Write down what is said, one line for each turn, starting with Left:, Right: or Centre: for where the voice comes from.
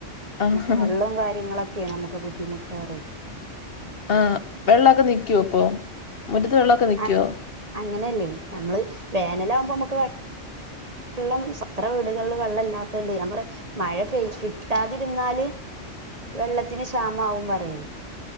Left: ആഹ്
Right: നമ്മക്ക് വെള്ളോം കാര്യങ്ങളൊക്കെയാണ് നമ്മക്ക് ബുദ്ധിമുട്ടേറേ
Left: ആഹ് വെള്ളൊക്കെ നിക്കോ ഇപ്പം മുറ്റത്ത് വെള്ളവൊക്കെ നിക്കുവോ
Right: ആഹ് അങ്ങനെയല്ലേ ഞമ്മള് വേനലാകുമ്പോമ്മക്ക് വെ വെള്ളം സ് എത്ര വീടുകളില് വെള്ളം ഇല്ലാത്തണ്ട് ഞാ പറയാ മഴ പെയ് കിട്ടാതിരുന്നാല് വെള്ളത്തിന് ക്ഷാമാവും പറയെ